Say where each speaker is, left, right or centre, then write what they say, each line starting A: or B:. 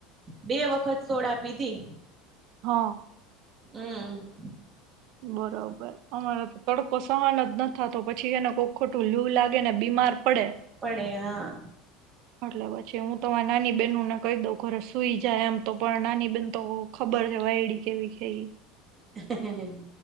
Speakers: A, on the right (about 30°); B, on the right (about 60°).
A: બે વખત સોડા પીધી.
B: હા.
A: હમ્મ.
B: બરોબર અમારે તો તડકો સહન જ નથી થાતો પછી હે ને કોક ખોટું લૂ લાગે ને બીમાર પડે
A: પડે હા.
B: એટલે પછી હું તો મારી નાની બહેનુંને કહી દઉં ઘરે સુઈ જાય એમ તો પણ નાની બહેન તો ખબર છે વાયડી કેવી છે ઈ.
A: હે હે હે.